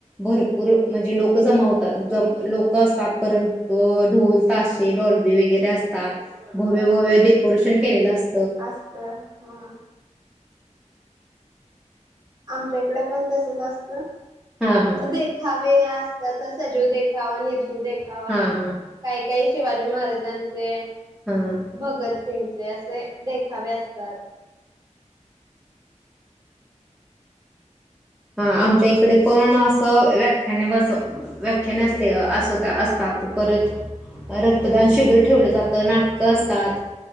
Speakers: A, in the centre; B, on the right.
A: भरपूर म्हणजे लोक जमा होतात लोक असतात परंत ढोल ताशे डॉल्ब वगैरे असतात. भव्य
B: ह
A: भव्य डेकोरेशन केलेल अस
B: असत हा आमच्या इकडे पण तसच असत.
A: हां हां
B: देखाव वे असततात सजीव देखावा निर् देखावा
A: हां हां
B: काय काही शिवाजी महाराजांचे
A: हां
B: भगत सिंग ते असे देखावे असतात.
A: हा आमच्या इकडे पण असं व्याख्याने बसव व्याख्याने असते असवता असतात परत रक्तदान शिबिर ठेवलं जातं. नाटकं असतात